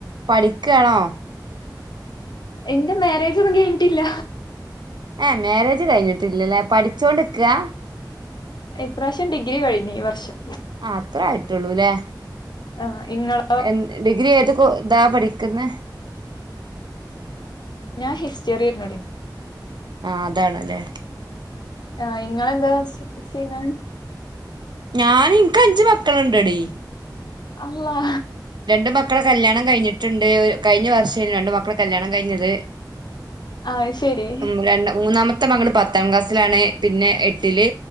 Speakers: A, on the right (about 70°); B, on the left (about 70°).
A: പഠിക്കആണോ
B: എന്റെ മാരേജ് ഒന്നും കഴിഞ്ഞിട്ടില്ല
A: ഏ മാരേജ് കഴിഞ്ഞിട്ടില്ലല്ലേ പഠിച്ചോണ്ട്ക്കാ
B: ഇപ്രാവശ്യം ഡിഗ്രി കഴിഞ്ഞു ഈ വർഷം
A: ആ അത്രായിട്ടൊള്ളൂല്ലേ.
B: ആഹ് ഇങ്ങളെ.
A: എ ഡിഗ്രി ഏത് ഇതാ പഠിക്കുന്ന
B: ഞാൻ ഹിസ്റ്ററിയായിരുന്നു
A: ആ അതാണ്ല്ലേ
B: ആഹ ഇങ്ങളെന്താ ചെയ്യുന്നത്
A: ഞാൻ ഇൻക്ക് അഞ്ചു മക്കളുണ്ടെടീ
B: അള്ളാ
A: രണ് മക്കളെ കല്യാണം കഴിഞ്ഞിട്ടുണ്ട് കഴിഞ്ഞ വർഷാരുന്നു രണ്ടു മക്കള കല്യാണം കഴിഞ്ഞത്
B: അത് ശരി
A: ഉം രണ്ട മൂന്നാമത് ത്തെ മകള് പത്താം ക്ലാസ്സിലാണ്, പിന്നെ എട്ടില്,